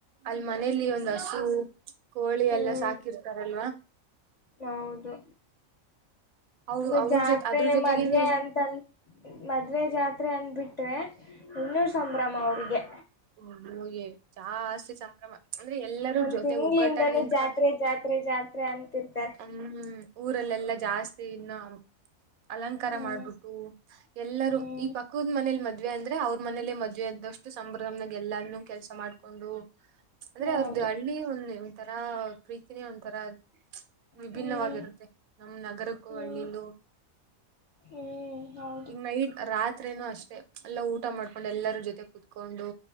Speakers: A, on the right; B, on the left.
A: ಅಲ್ಲಿ ಮನೇೆಯಲ್ಲಿ ಒಂದು ಹಸು ಕೋಳಿ
B: ಹ್ಮ್
A: ಎಲ್ಲ ಸಾಕಿರ್ತಾರಲ್ವಾ
B: ಹೌದು
A: ಅವ್
B: ಮ
A: ಅವ್ರ
B: ಜಾತ್ರೆ
A: ಜೊತೆ ಅದ್ರ ಜೊತೆಗೇನೆ
B: ಮದ್ವೆ ಅಂತ ಮದ್ವೆ ಜಾತ್ರೆ ಹತ್ರೆ ಅನ್ಬಿಟ್ರೆ ಇನ್ನೂ ಸಂಭ್ರಮ ಅವ್ರಿಗೆ
A: ಹ್ಮ ಹೋಗಗೆ ಜಾಸ್ತಿ ಸಂಭ್ರಮ ಅಂದ್ರೆ ಎಲ್ಲಾರೂ
B: ಒಂದ್
A: ಜೊತೆಗ್
B: ತಿಂಗಳಿಂದಾನೇ
A: ಒಗ್ಗಟ್ಟಂಗ ನಿಂತಕ
B: ಜಾತ್ರೆ ಜಾತ್ರೆ ಜಾತ್ರೆ ಅಂತಿರ್ತಾರೆ
A: ಹ ಊರೆಲ್ಲ ಎಲ್ಲಾ ಜಾಸ್ತಿ ಇನ್ನು ಅಲಂಕಾರ
B: ಹ್ಮ್
A: ಮಾಡ್ಬಿಟ್ಟು ಎಲ್ಲರೂ
B: ಹ್ಮ್
A: ಈ ಪಕ್ಕವದ್ ಮನೇಲಿ ಮದ್ೆ ಮದ್ವೆ ಅಂದ್ರೆ ಅವ್ರ ಮನೇಲೆೇ ಮದ್ವೆ ಇದ್ದಷ್ಟು ಸಂಭ್ರದಮ್ನಾಗ ಎಲ್ಲೂ ಕೆಲ್ಸ ಮಾಡ್ಕೊಂಡು ಅಂದ್ರೆ
B: ಹೌದು
A: ಅವ್ರದ್ದು ಹಳ್ಳಿ ಒಂದ ಒಂ ತರಾ ಪ್ರೀತಿನೇ ಒಂದಂತರ ವಿಭಿನ್ನವಾಗಿರುತ್ತೆ
B: ಹ್ಮ್
A: ನಮ ನಗರಕ್ಕೂ
B: ಹ್ಮ್
A: ಒಳ್ಳೀಲುೂ
B: ಹ್ಮ್ ಹೌದು
A: ಈಗ ನೈಟ್ ರಾತ್ೇನನು ಅಷ್ಟೆ ಎಲ್ಲ ಊಟ ಮಾಡ್ಕೊಂಡು ಎಲ್ಲರ ಜೊತೆ ಕುೂತ್ಕೊಂಡು ಕೊಂಡು